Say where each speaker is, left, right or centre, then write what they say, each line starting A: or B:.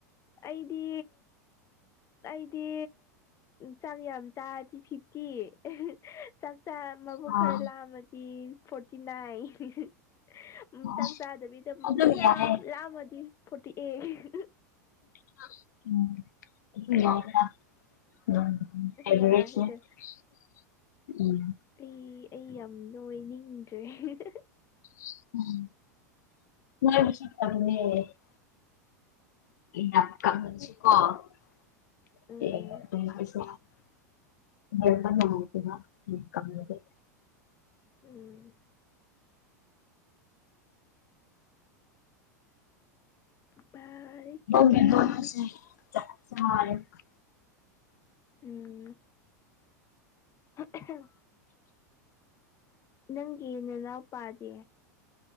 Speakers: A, on the left (about 30°); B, on the left (about 75°).
A: ꯑꯩꯗꯤ ꯑꯩꯗꯤ ꯆꯥꯛ ꯌꯥꯝ ꯆꯥꯔꯗꯤ ꯐꯤꯐꯇꯤ <unintelligible> ꯆꯥꯛꯆꯥꯥ ꯃꯕꯨꯛ
B: ꯑꯥ
A: ꯈꯔ ꯂꯥꯝꯃꯗꯤ ꯐꯣꯔꯇꯤ ꯅꯥꯏꯟ <unintelligible> ꯎꯝ
B: ꯑꯥ
A: ꯆꯥꯛ ꯆꯥꯗꯕꯤꯗ ꯃꯕꯨ
B: ꯑꯗꯨꯝ
A: ꯌꯥꯝ
B: ꯌꯥꯏꯌꯦ
A: ꯂꯥꯝꯃꯗꯤ ꯐꯣꯔꯇꯤ ꯑꯦ <unintelligible>
B: <inaudible> <inaudible>
A: ꯌꯥꯔꯦꯗ ꯑꯩ ꯑꯩ ꯌꯥꯝ ꯅꯣꯏꯅꯤꯡꯗ꯭ꯔꯦ <unintelligible>
B: <inaudible> <inaudible>
A: ꯎꯝ
B: <inaudible>
A: ꯎꯝ ꯕꯥꯔꯤ
B: <inaudible>
A: ꯎꯝ <unintelligible> ꯅꯪꯒꯤ ꯅꯅꯥꯎꯄꯥꯗꯤ꯫